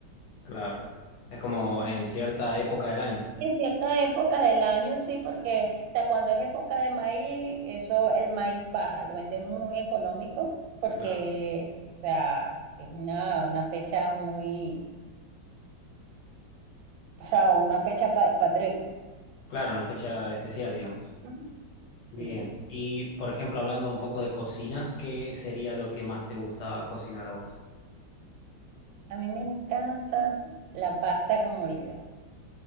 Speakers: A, on the left; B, on the right.
A: claro. Es como en cierta época del año.
B: En cierta época del año, sí, porque, o sea, cuando es época de maíz, eso, el maíz baja, lo venden muy económico porque,
A: Claro.
B: o sea, es una, una fecha muy o sea, una fecha pa- patriótica.
A: Claro, una fecha especial, digamos.
B: Ujú. Sí,
A: Bien. Y, por ejemplo, hablando un poco de cocina, ¿qué sería lo que más te gusta cocinar a vos?
B: a mí me encanta la pasta con molida.